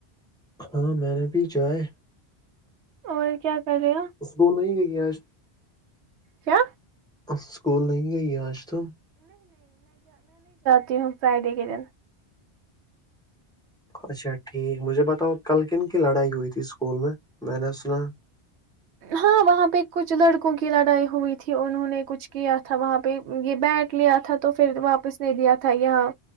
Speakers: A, in the centre; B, on the right.
A: ہاں میں نے بھی چائے
B: اور کیا کر رہے ہو
A: اس کو نہیں گئی جیاز
B: کیا
A: اسکول نہیں گئی آج تو
B: ج ہ فرائیڈے کے دن
A: اچھا ٹھیک مجھے بتاؤ کل کن کی لڑائی ہوئی تھی اسکول میں میں نے سنا
B: ہاں وہاں پہ کچھ لڑکوں کی لڑائی ہوئی تھی انہوں نے کچھ کیا تھا وہاں پہ یہ بیٹ لیا تھا تو پھر واپس نہیں دیا تھا یہاں